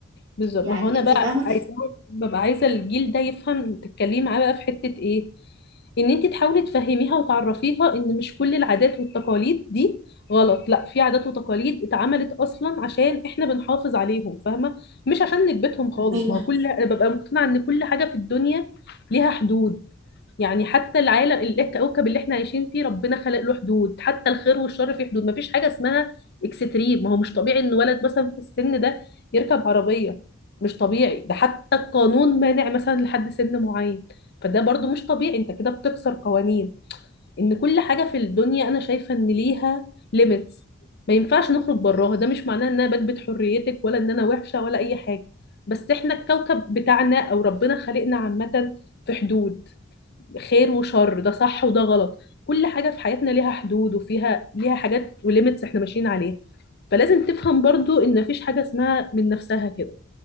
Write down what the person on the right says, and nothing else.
يعني
أنت
فاهمة
صحيح